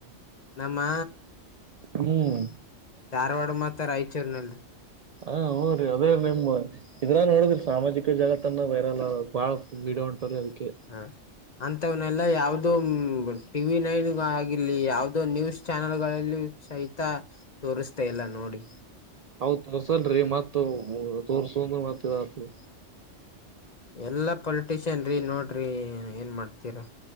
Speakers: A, on the left; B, on the right.
A: ನಮ್ಮ-
B: ಹ್ಮ್,
A: ಧಾರವಾಡ ಮತ್ತ ರಾಯಚೂರಿನಲ್ಲಿ.
B: ಹಾ, ಹ್ಮ್ ಅದೇ ನಿಮ್ಮ ಇದ್ರಗನೋಡದ್ರಿ ಸಾಮಾಜಿಕ ಜಾಲತಾಣಗಳಲ್ಲಿ ವೈರಲ್ ಬಾಳ ವೀಡಿಯೋ ಒಂಟದಲ್ಲಾ ಅದಿಕ್ಕೆ.
A: ಹ ಅಂತವನೆಲ್ಲಾ ಯಾವ್ದು ಟಿವಿ ನೈನ್ ಆಗಿರ್ಲಿ ಯಾವ್ದ ಇದು ನ್ಯೂಸ್ ಚಾನಲ್ ಗಳಲ್ಲಿ ಸಹಿತ ತೋರಿಸ್ತಾಇಲ್ಲಾನೋಡಿ.
B: ಅವು ತೋರ್ಸಲ್ರಿ ಮತ್ ತೋರ್ಸಂದ ಮತ್ತ ಇದಾತದ.
A: ಎಲ್ಲಾ ಪೊಲಿಟಿಷಿಯನ್ ರೀ ನೋಡ್ರಿ ಏನ್ ಮಾಡ್ತೀರಾ.